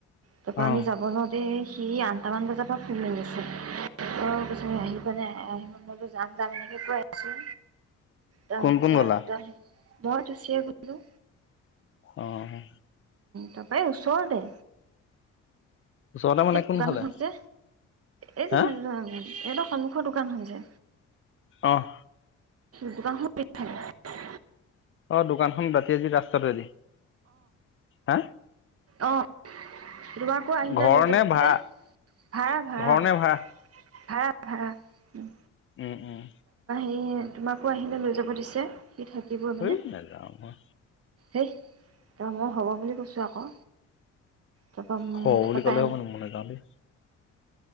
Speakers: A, on the right; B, on the left.
A: তাৰপৰা
B: অ
A: আমি যাব লওঁতে সি আঠটামান বজাৰ পৰা ফোন মাৰি আছে। অ' কৈছে আহিবা নে? বোলো যাম যাম এনেকে কৈ আছো ত
B: কোন কোন
A: চাল
B: গ'লা
A: মই ৰুচীয়ে গ'লো,
B: অ'!
A: তাৰপৰা ওচৰতে,
B: ওচৰতে মানে
A: এই
B: কোনফালে
A: দোকানখন যে এই যে
B: হা
A: সি এ, সন্মুখৰ দোকানখন যে,
B: আহ!
A: দোকানখনৰ পিছফালে,
B: অ' দোকানখন বাদ দি আহি ৰাস্তাটো দি হা,
A: অ তোমাকো আহিলে
B: ঘৰ
A: লৈ যাব
B: নে ভাড়া
A: যে ভা়-ভা়-ভা়-ভা়
B: ঘৰ নে ভাড়া
A: উম
B: উম-উম
A: এই তোমাকো আহিলে লৈ যাব দিছে সি থাকিবই
B: হয়
A: মানে
B: নাযাওঁ মই
A: হেই তাৰৰা হ'ব বুলি কৈছোঁ আকৌ তাৰপা তাৰপা
B: হ বুলি ক'লে
A: তাই
B: হ'বনি মই নাযাওঁ দেই